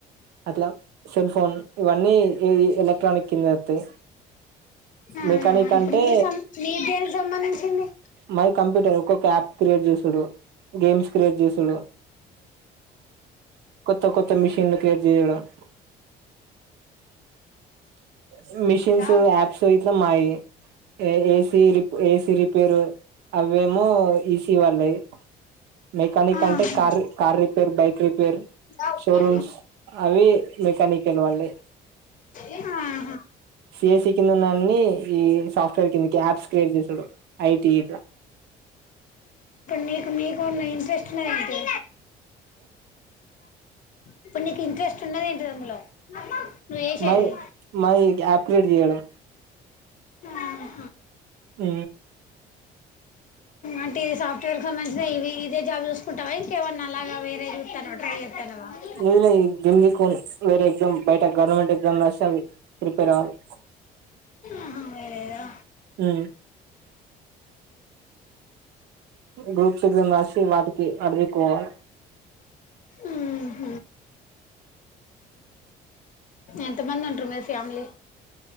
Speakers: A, on the right; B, on the left.
A: అట్లా సెల్ ఫోన్ ఇవన్నీ ఎలక్ట్రానిక్ త
B: ఆ
A: మెకానిక్
B: ఇప్పుడు
A: అంటే
B: నీ సం నీ దేనికి సంబంధించింది
A: మాది కంప్యూటర్ ఒ అప్ క్రియేట్ చేసూడు గేమ్స్ క్రియేట్ చేసుడు కొత్త కొత్త మిషన్లు క్రియేట్ చేయడం <inaudible> మిషిన్స్
B: ఆ
A: యాప్స్ ఇట్లా మాయి ఏ ఏసీ రి ఏసీ రిపేరు అవేమో ఈసీ వాళ్ళవి మెకానిక్
B: ఆహా
A: అంటే car car repair bike repair
B: ఆహా,
A: షోరూమ్స్ అవి మెకానికల్ వాళ్ళయి
B: ఆహా.
A: సిఎసి కింద ఉన్నన్ని ఈ సాఫ్ట్వేర్ కిందకి యాప్స్ క్రియేట్ చేసుడు ఐటీ ఇట్లా
B: నీకు మీకు ఇంట్రెస్ట్ ఉన్నది ఏంటిది ఇప్పుడు నీకు ఇంట్రెస్ట్ ఉన్నడి ఏంటిది అందులో నువ్వు చేసేది
A: మాది మరి అప్ క్రియేట్ చేయడం
B: ఆహా
A: ఆ
B: అంటే ఇది సాఫ్ట్వేర్ సంబంధించిన ఇవి ఇదే జాబ్ చూసుకుంటావా ఇంకేవన్నా అలాగా వేరే <unintelligible>
A: లే లేదు వేరే ఎగ్జామ్ బయట గవర్నమెంట్ ఎగ్జామ్ రాస్తా ప్రిపేర్ కాలే
B: ఆహా వేరేదా
A: హు గ్రూప్స్ ఎగ్జామ్స్ రాసి వాటికి అటు దిక్కు పోవాలి
B: ఆ హ ఎంత మంది ఉంటరూ మరి ఫ్యామిలీ